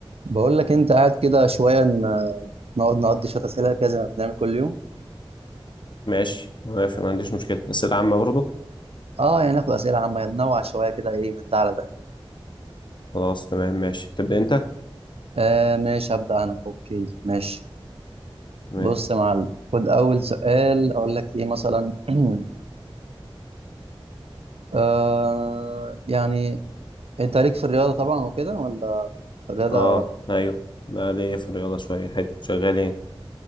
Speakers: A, on the right; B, on the left.
A: بقول لك انت قاعد كده شويه ن- نقعد نقضي شويه اسئله كده زي ما بنعمل كل يوم
B: ماشي موافق ما عنديش مشكلة أسئلة عامة برضو
A: اه يعني ناخد اسئله عامه ننوع شويه كده ايه من ده على ده
B: خلاص تمام ماشي تبدأ أنت
A: آه ماشي هبدا انا اوكي ماشي
B: تمام
A: بص يا معلم خد اول سؤال اقول لك ايه مثلا <clears throat> آه يعني انت ليك في الرياضه طبعا وكده ولا الرياضه
B: آه أيوه بقى ليا في الرياضة شوية حلو شغالين